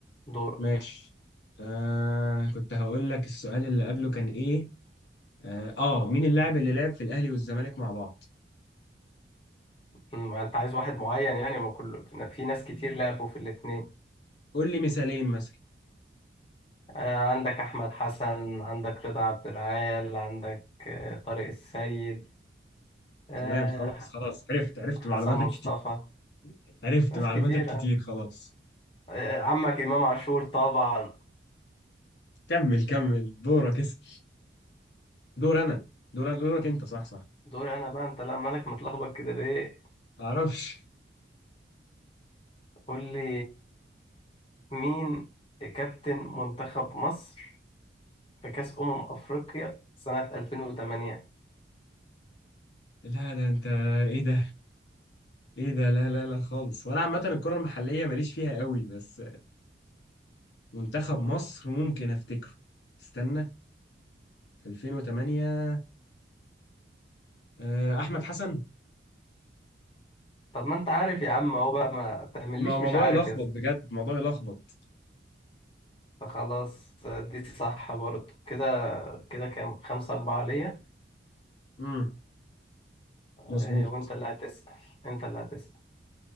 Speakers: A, on the left (about 30°); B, on the left (about 65°).
A: دورك
B: ماشي آه كنت هقول لك السؤال اللي قبله كان ايه اه آه، مين اللاعب اللي لعب في الاهلي والزمالك مع بعض
A: مم. أنت عايز واحد معين يعني ما كل في ناس كتير لعبوا في الاتنين
B: قول لي مثالين مثلا
A: آه، عندك أحمد حسن عندك رضا عبد العال عندك آه، طارق السيد آه،
B: تمام خلاص خلاص عرفت عرفت
A: حسن
B: معلوماتك
A: مصطفى
B: كتير عرفت
A: ناس
B: معلوماتك
A: كتيرة
B: كتير خلاص
A: آه، آه، عمك إمام عاشور طبعا
B: كمل كمل دورك اسأل دور انا دور أنا- دورك انت صح صح
A: دوري أنا بقى أنت لا مالك متلخبط كده ليه
B: معرفش
A: قول لي مين كابتن منتخب مصر في كأس أمم أفريقيا سنة 2008
B: لا ده انت ايه ده ايه ده لا لا لا خالص وانا عامه الكره المحليه ماليش فيها قوي بس منتخب مصر ممكن افتكره استنى 2008 آه، احمد حسن
A: طب ما أنت عارف يا عم أهو بقى ما تعمليش
B: ما موضوع
A: مش عارف
B: يلخبط
A: يا اسطى
B: بجد موضوع يلخبط
A: فخلاص دي صح برضه كده كده كام خمسة أربعة ليا
B: امم
A: آه،
B: مظبوط
A: وأنت اللي هتسأل أنت اللي هتسأل